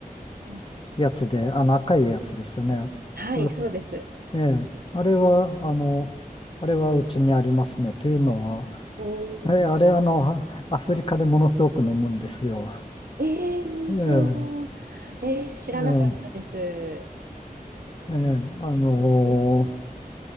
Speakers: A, on the right (about 80°); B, on the left (about 35°).
A: うん
B: やつで、あの赤いやつですよね。
A: はい、
B: う
A: そうです。
B: ええ、あれは、あの、あれはうちにありますね。というのは、
A: おー
B: えあれ、あの、アフリカでものすごく飲むんですよ。
A: えー、
B: ええ、
A: そう。えー、知らなかったです。
B: ええ、ええ、あのー
A: うん